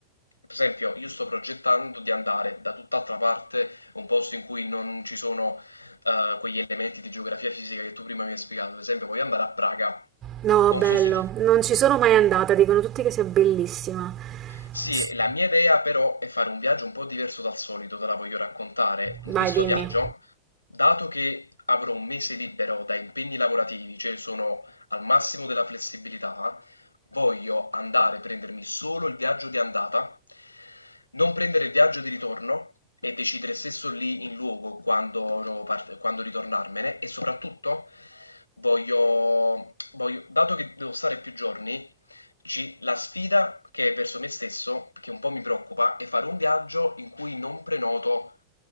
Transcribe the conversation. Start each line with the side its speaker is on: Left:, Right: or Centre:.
Left: per esempio io sto progettando di andare da tutt'altra parte, un posto in cui non ci sono eh, quegli elementi di geografia fisica che tu prima mi hai spiegato. Per esempio, voglio andare a Praga.
Right: No,
Left: Non
Right: bello,
Left: so se...
Right: non ci sono mai andata, dicono tutti che sia bellissima.
Left: Sì,
Right: S-
Left: la mia idea però è fare un viaggio un po' diverso dal solito, te la voglio raccontare. In
Right: Vai,
Left: questo
Right: dimmi.
Left: viaggio, dato che avrò un mese libero da impegni lavorativi, cioè sono al massimo della flessibilità, voglio andare a prendermi solo il viaggio di andata, non prendere il viaggio di ritorno e decidere stesso lì in luogo quando, part- quando ritornarmene e soprattutto voglio, voglio, dato che devo stare più giorni, G La sfida che è verso me stesso, che un po' mi preoccupa, è fare un viaggio in cui non prenoto,